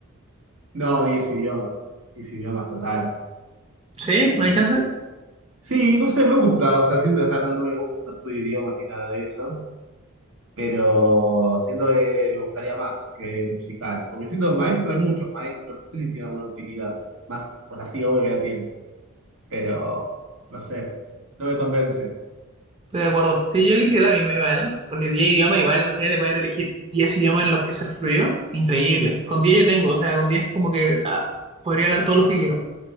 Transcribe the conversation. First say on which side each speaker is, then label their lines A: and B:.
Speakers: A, on the right (about 70°); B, on the right (about 25°).
A: No, diez idiomas. diez idiomas total.
B: ¿Sí? ¿No
A: Eh,
B: hay chance?
A: sí, no sé, me gusta. O sea, siento, o sea, no, no me gusta, no estudio idiomas ni nada de eso. pero siento que me gustaría más que musical, porque siento que maestro hay muchos maestros, no sé si tiene alguna utilidad, más, o sea, sí, obvio que la tiene, pero no sé, no me convence.
B: Estoy de acuerdo. Sí, yo elegiré la misma igual, porque 10 idiomas igual, imagínate poder elegir 10 idiomas en los que ser fluido, increíble. Con 10 ya tengo, o sea, con 10 como que ah, podría hablar todos los que quiero,